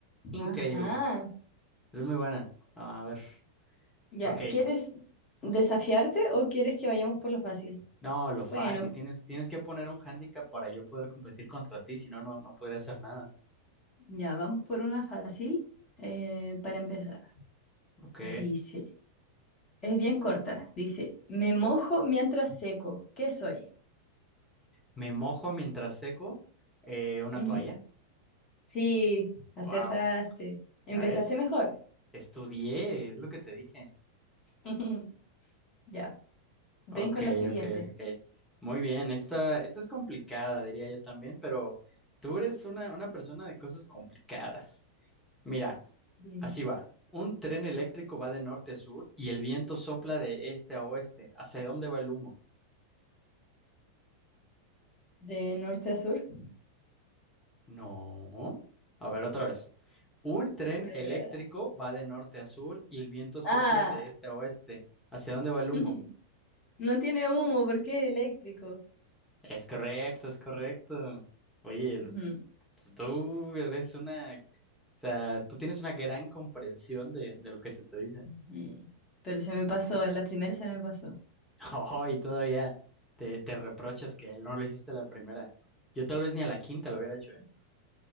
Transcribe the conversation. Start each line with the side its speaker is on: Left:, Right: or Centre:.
Centre: Increíble.
Left: Ajá.
Centre: Es muy buena. A ver.
Left: Ya,
Centre: Ok.
Left: ¿quieres desafiarte o quieres que vayamos por lo fácil?
Centre: No, lo fácil,
Left: Bueno,
Centre: tienes, tienes que poner un hándicap para yo poder competir contra ti, si no, no, no podría hacer nada.
Left: ya, vamos por una fácil eh, para empezar.
Centre: Ok.
Left: Dice, es bien corta, dice, me mojo mientras seco, ¿qué soy?
Centre: Me mojo mientras seco eh, una
Left: Ujú.
Centre: toalla.
Left: Sí, acertaste.
Centre: Wow.
Left: ¿Empezaste
Centre: ¿Ya ves?
Left: mejor?
Centre: Estudié,
Left: Sí.
Centre: es lo que te dije.
Left: <laughs> Ya, ven
Centre: Ok,
Left: con la siguiente.
Centre: ok, ok. Muy bien, esta, esta es complicada, diría yo también, pero tú eres una, una persona de cosas complicadas. Mira,
Left: Dime.
Centre: así va. Un tren eléctrico va de norte a sur y el viento sopla de este a oeste. ¿Hacia dónde va el humo?
Left: ¿De norte a sur?
Centre: No. A ver, otra vez. Un tren
Left: Espera,
Centre: eléctrico
Left: espera, espera.
Centre: va de norte a sur y el viento sopla
Left: Ah,
Centre: de este a oeste. ¿Hacia dónde va el humo?
Left: <laughs> no tiene humo porque es eléctrico.
Centre: Es correcto, es correcto. Oye,
Left: Ujú.
Centre: tú eres una... O sea, tú tienes una gran comprensión de, de lo que se te dice.
Left: Mm,
Centre: <laughs>
Left: Pero se me pasó, la primera se me pasó.
Centre: Oh, y todavía te, te reprochas que no lo hiciste a la primera. Yo tal vez ni a la quinta lo hubiera hecho, ¿eh?